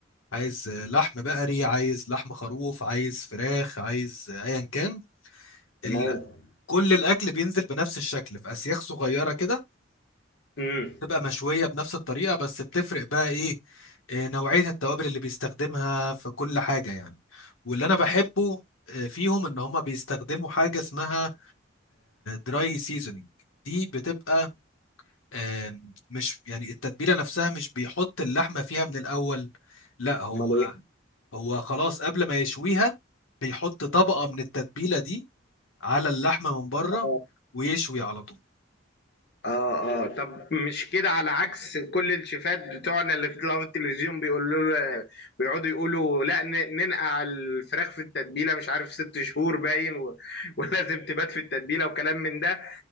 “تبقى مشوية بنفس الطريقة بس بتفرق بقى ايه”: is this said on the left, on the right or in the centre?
Left